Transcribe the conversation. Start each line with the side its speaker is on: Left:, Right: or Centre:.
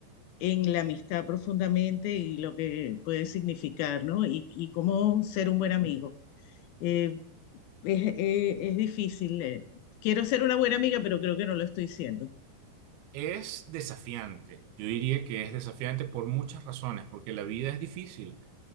Left: en la amistad profundamente y lo que puede significar, ¿no? Y, y cómo ser un buen amigo. Eh, es, eh, es difícil. eh. Quiero ser una buena amiga, pero creo que no lo estoy siendo.
Right: Es desafiante, yo diría que es desafiante por muchas razones, porque la vida es difícil.